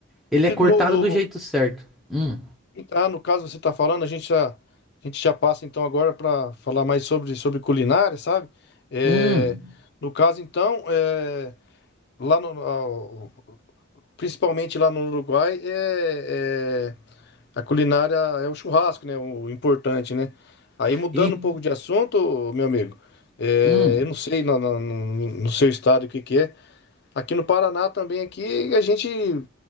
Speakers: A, in the centre; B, on the left.
A: Ele é
B: E
A: cortado
B: no,
A: do jeito certo. Hum,
B: Ah, no caso você está falando, a gente já, a gente já passa então agora para falar mais sobre, sobre culinária, sabe? É,
A: hum,
B: no caso então, é, lá no, ao- principalmente lá no Uruguai, é, é, a culinária é o churrasco, né? O importante, né? Aí mudando
A: e,
B: um pouco de assunto, meu amigo, é,
A: hum.
B: eu não sei na- na- no, no seu estado o que que é. Aqui no Paraná também, aqui a gente